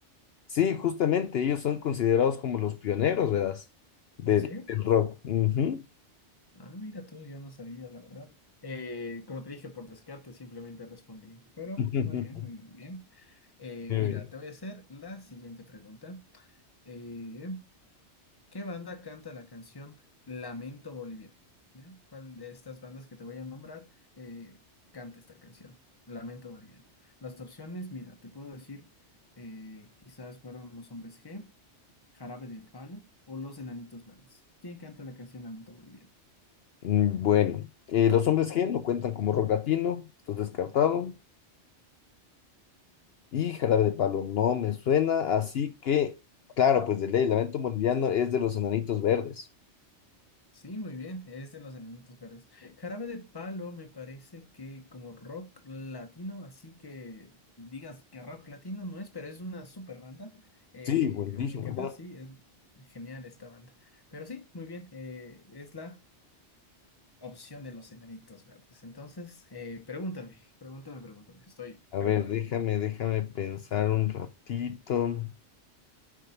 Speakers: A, on the left; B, on the left.
A: Sí, justamente, ellos son considerados como los pioneros, ¿verdad? Del,
B: ¿En serio?
A: del rock. Ujú.
B: Ah, mira tú, yo no sabía, la verdad. Eh, como te dije, por descarte simplemente respondí. Pero
A: <laughs>
B: muy bien, muy bien, muy bien. Eh,
A: Chévere.
B: mira, te voy a hacer la siguiente pregunta. Eh, ¿qué banda canta la canción Lamento Boliviano? ¿Ya? ¿Cuál de estas bandas que te voy a nombrar eh, canta esta canción? Lamento Boliviano. Las opciones, mira, te puedo decir, eh, quizás fueron Los Hombres G, Jarabe de Palo o Los Enanitos Verdes. ¿Quién canta la canción Lamento Boliviano?
A: Mm, Bueno, eh, los hombres G no cuentan como rock latino, esto es descartado. Y jarabe de palo, no me suena, así que, claro, pues de ley, Lamento Boliviano es de los Enanitos Verdes.
B: Sí, muy bien, es de los Enanitos Verdes. Jarabe de Palo me parece que como rock latino, así que digas que rock latino no es, pero es una super banda. Eh,
A: Sí, buenísimo,
B: a mí me encanta,
A: ¿verdad?
B: sí, es genial esta banda. Pero sí, muy bien, eh, es la opción de los Enanitos Verdes. Entonces, eh, pregúntame, pregúntame, pregúntame, estoy
A: A
B: preparado.
A: ver, déjame, déjame pensar un ratito.